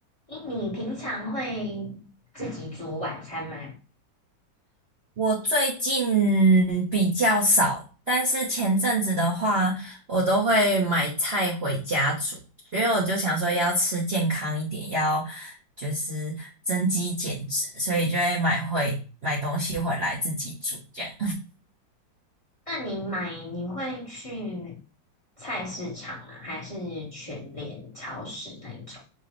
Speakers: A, on the left (about 15°); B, on the right (about 40°).
A: 诶，你平常会自己煮晚餐吗？
B: 我最近比较少，但是前阵子的话，我都会买菜回家煮，因为我就想说要吃健康一点，要就是增肌减脂，所以就会买回买东西回来自己煮这样。
A: 那你买你会去菜市场吗？还是全联超市那一种？